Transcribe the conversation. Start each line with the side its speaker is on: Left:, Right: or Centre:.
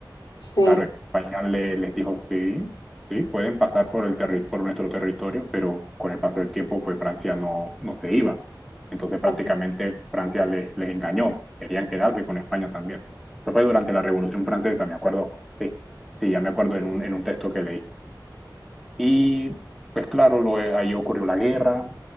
Left: Sí.
Centre: Claro, España le- les dijo, sí, sí, pueden pasar por el terri- por nuestro territorio, pero con el paso del tiempo, pues Francia no, no se iba. Entonces prácticamente
Left: Ajá.
Centre: Francia les, les engañó, querían quedarse con España también. Eso fue durante la Revolución Francesa, me acuerdo. Sí, sí, ya me acuerdo en
Left: Sí,
Centre: un, en un texto que leí. Y pues claro, lo- eh, ahí ocurrió la guerra